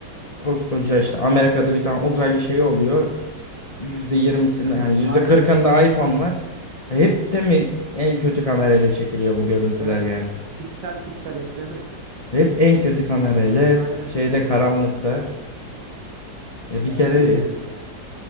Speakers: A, on the left (about 45°); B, on the right (about 75°).
A: koskoca işte Amerika'da bir tane uzaylı şey oluyor. %20'sinde
B: <laughs>
A: yani yüzde
B: Aynen.
A: kırkında iPhone var. E Hep de mi en kötü kamerayla çekiliyor bu görüntüler
B: Evet.
A: yani?
B: Piksel piksel hep değil mi?
A: Hep en kötü kamerayla hep
B: Aynen.
A: şeyde karanlıkta. Ya
B: Ya
A: bir kere
B: bilmiyorum.